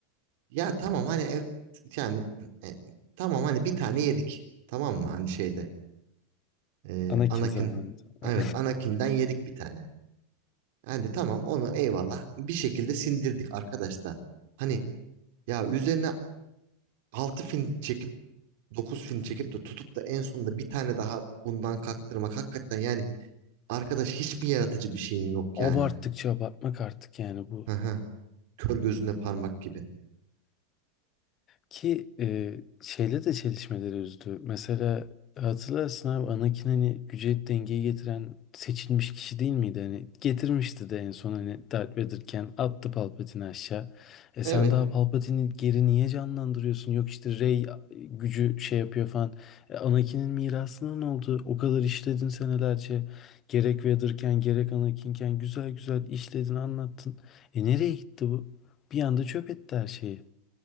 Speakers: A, on the right; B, on the left.
A: ya tamam hani evet, yani e, tamam hani bir tane yedik tamam mı hani şeyde e,
B: Anakin
A: Anakin
B: zamanında. <laughs>
A: evet Anakin'den yedik bir tane. Yani tamam onu eyvallah bir şekilde sindirdik arkadaş da. Hani ya üzerine 6 film çekip 9 film çekip de tutup da en sonunda bir tane daha bundan kaktırmak hakikaten yani Arkadaş hiçbir yaratıcı bir şeyin yok
B: Abarttıkça
A: yani.
B: abartmak artık yani bu.
A: Hı hı. Kör gözüne parmak gibi.
B: Ki e, şeyle de çelişmeleri üzdü. Mesela hatırlarsın abi Anakin hani güce dengeyi getiren seçilmiş kişi değil miydi? Hani getirmişti de en son hani Darth Vader'ken attı Palpatine'i aşağı. E
A: Evet.
B: sen daha Palpatine'i geri niye canlandırıyorsun? Yok işte Rey gücü şey yapıyor falan. E, Anakin'in mirasına ne oldu? O kadar işledin senelerce. Gerek Vader'ken gerek Anakin'ken güzel güzel işledin anlattın. E nereye gitti bu? Bir anda çöp etti her şeyi.